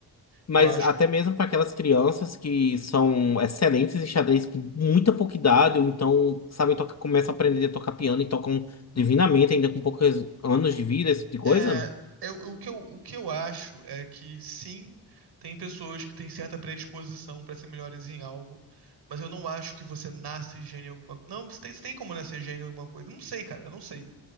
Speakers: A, on the left; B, on the right.
A: Mas
B: Eu acho
A: até
B: que.
A: mesmo para aquelas crianças que são excelentes em xadrez com muita pouca idade, ou então sabem tocar, começam a aprender a tocar piano e tocam divinamente, ainda com poucos anos de vida, esse tipo de coisa.
B: É, eu- o que eu, o que eu acho é que sim, tem pessoas que têm certa predisposição para ser melhores em algo, mas eu não acho que você nasce gênio em alguma coisa. Não, você tem, você tem como nascer gênio em alguma coisa. Eu Não sei, cara, eu não sei.